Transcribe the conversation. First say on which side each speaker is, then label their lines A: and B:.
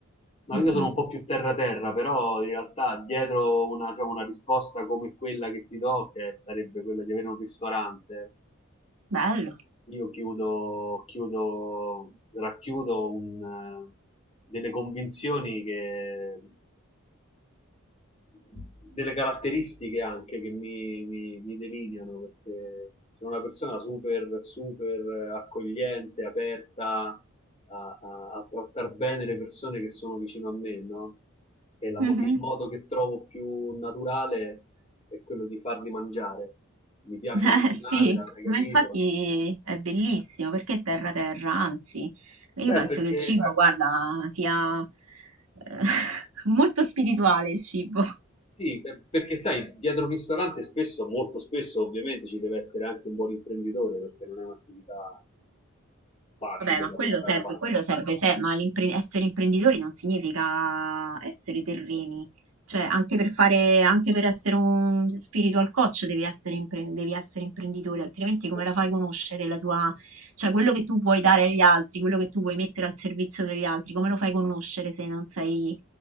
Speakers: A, on the left (about 30°); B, on the right (about 75°).
A: No,
B: Mm,
A: io sono
B: mm.
A: un po' più terra-terra, però in realtà dietro una, diciamo, una risposta come quella che ti do, che sarebbe quella di avere un ristorante,
B: Bello.
A: io chiudo, chiudo- racchiudo un, eh, delle convinzioni che delle caratteristiche anche che mi, mi- mi delineano, perché sono una persona super, super accogliente, aperta a, a, a trattare bene le persone che sono vicino a me, no? E la mo-
B: Mhm.
A: il modo che trovo più naturale è quello di farli mangiare. Mi piace
B: Eh
A: cucinare,
B: sì,
A: l'avrei
B: ma
A: capito.
B: infatti è bellissimo perché è terra terra, anzi, io
A: Beh,
B: penso
A: perché
B: che il cibo, Eh, guarda, sia eh, <laughs> molto spirituale il cibo.
A: Sì, beh, perché sai, dietro un ristorante spesso, molto spesso ovviamente ci deve essere anche un buon imprenditore perché non è un'attività facile
B: Vabbè, ma
A: da
B: quello
A: portare
B: serve,
A: avanti.
B: quello serve, se, ma l'impre- essere imprenditori non significa essere terreni. Cioè, anche per fare, anche per essere un spiritual coach devi essere, impre- devi essere imprenditore, altrimenti come
A: Certo,
B: la fai
A: no.
B: conoscere la tua, cioè quello che tu vuoi dare agli altri, quello che tu vuoi mettere al servizio degli altri, come lo fai conoscere se non sei